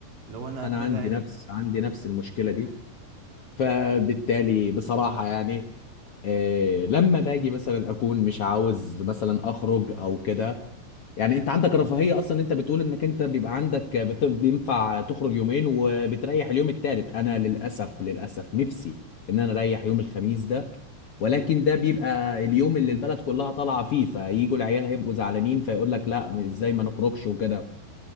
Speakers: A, on the right; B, on the left.
A: لو انا
B: انا
A: انا
B: عندي نفس عندي نفس المشكله دي فبالتالي بصراحه يعني آه لما باجي مثلا اكون مش عاوز مثلا اخرج او كده يعني انت عندك رفاهيه اصلا انت بتقول انك انت بيبقى عندك بت- بينفع تخرج يومين وبتريح اليوم التالت انا للاسف للاسف نفسي ان انا اريح يوم الخميس ده ولكن ده بيبقى اليوم اللي البلد كلها طالعه فيه فيجوا العيال هيبقوا زعلانين فيقول لك لا ازاي ما نخرجش وكده